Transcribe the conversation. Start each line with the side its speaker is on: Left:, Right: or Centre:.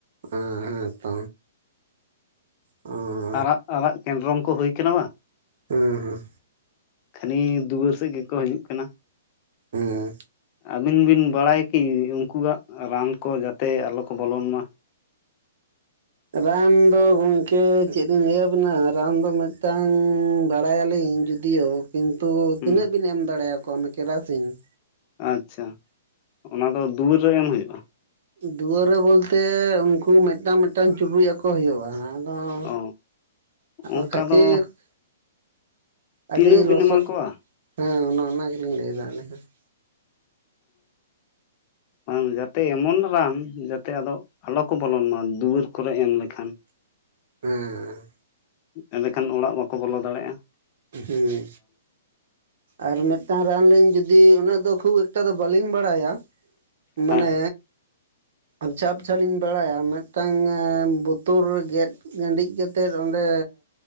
Right: ᱦᱮᱸᱛᱚ ᱚᱸᱻ
Left: ᱟᱨᱟᱜ ᱟᱨᱟᱜ ᱠᱮᱱᱰᱨᱚᱝ ᱠᱚ ᱦᱩᱭ ᱟᱠᱟᱱᱟ ᱵᱟᱝ᱾
Right: ᱦᱩᱸ ᱦᱩᱸ᱾
Left: ᱠᱷᱟᱹᱱᱤ ᱫᱩᱣᱟᱹᱨ ᱥᱮᱫ ᱜᱮᱠᱚ ᱦᱤᱡᱩᱜ ᱠᱟᱱᱟ
Right: ᱦᱮᱸ
Left: ᱟᱹᱵᱤᱱ ᱵᱤᱱ ᱵᱟᱲᱟᱭ ᱠᱤ ᱩᱱᱠᱩᱣᱟᱜ ᱨᱟᱱ ᱠᱚ ᱡᱟᱛᱮ ᱟᱞᱚ ᱠᱚ ᱵᱚᱞᱚᱱ ᱢᱟ ᱾
Right: ᱨᱟᱱ ᱫᱚ ᱜᱚᱝᱠᱮ ᱪᱮᱫ ᱞᱤᱧ ᱞᱟᱹᱭ ᱟᱹᱵᱤᱱᱟ ᱨᱟᱱ ᱫᱚ ᱢᱤᱫᱴᱟᱹᱝ ᱵᱟᱲᱟᱭᱟᱞᱤᱧ ᱡᱩ ᱫᱤᱭᱳ ᱠᱤᱱᱛᱩ
Left: ᱦᱩᱸ
Right: ᱛᱤᱱᱟᱹᱜ ᱵᱤᱱ ᱮᱢ ᱫᱟᱲᱮ ᱟᱠᱚᱣᱟ ᱚᱱᱟ ᱠᱮᱨᱟᱥᱤᱱ ᱾
Left: ᱟᱪᱪᱷᱟ ᱚᱱᱟ ᱫᱚ ᱫᱩᱣᱟᱹᱨ ᱨᱮ ᱮᱢ ᱦᱩᱭᱩᱜ-ᱟ ᱾
Right: ᱫᱩᱣᱟᱹᱨ ᱨᱮ ᱵᱚᱞᱛᱮ ᱩᱱᱠᱩ ᱢᱤᱫᱴᱟᱹᱝ ᱢᱤᱫᱴᱟᱹᱝ ᱪᱩᱨᱩᱡ ᱟᱠᱚ ᱦᱩᱭᱩᱜ-ᱟ ᱾ ᱚᱸ
Left: ᱚ
Right: <unintelligible>
Left: ᱚᱱᱠᱟ ᱫᱚ ᱛᱤᱱᱟᱹᱜ
Right: ᱟᱹᱰᱤ
Left: ᱵᱤᱱ
Right: ᱞᱚᱥᱚᱜ
Left: ᱮᱢᱟ ᱠᱚᱣᱟ
Right: ᱦᱮᱸ ᱚᱱᱮ ᱚᱱᱟ ᱜᱮᱞᱤᱧ ᱞᱟᱹᱭ ᱮᱫᱟ ᱟᱹᱞᱤᱧ ᱦᱚᱸ ᱾
Left: ᱦᱮᱸ ᱡᱟᱛᱮ ᱮᱢᱚᱱ ᱨᱟᱱ ᱡᱟᱛᱮ ᱟᱫᱚ ᱟᱞᱚ ᱠᱚ ᱵᱚᱞᱚᱱ ᱢᱟ ᱫᱩᱣᱟᱹᱨ ᱠᱚᱨᱮ ᱮᱢ ᱞᱮᱠᱷᱟᱱ ᱾
Right: ᱦᱮᱸ ᱾
Left: ᱮᱸᱰᱮ ᱠᱷᱟᱱ ᱚᱲᱟᱜ ᱵᱟᱠᱚ ᱵᱚᱞᱚ ᱫᱟᱲᱮᱭᱟᱜ-ᱟ ᱾
Right: ᱦᱩᱸ ᱾ ᱟᱨ ᱢᱤᱫᱴᱟᱹᱝ ᱨᱟᱱ ᱞᱤᱧ ᱡᱩᱫᱤ ᱩᱱᱟᱹᱜ ᱫᱚ ᱠᱷᱩᱵ ᱮᱠᱴᱟ ᱫᱚ ᱵᱟᱹᱞᱤᱧ ᱵᱟᱲᱟᱭᱟ ᱾ ᱢᱟᱱᱮ
Left: ᱦᱮᱸ
Right: ᱟᱯᱪᱷᱟ ᱟᱯᱪᱷᱟ ᱞᱤᱧ ᱵᱟᱲᱟᱭᱟ ᱢᱤᱫᱴᱟᱹᱝ ᱵᱚᱛᱚᱞ ᱨᱮ ᱜᱮᱫ ᱜᱟᱹᱰᱤᱡ ᱠᱟᱛᱮᱫ ᱚᱸᱰᱮ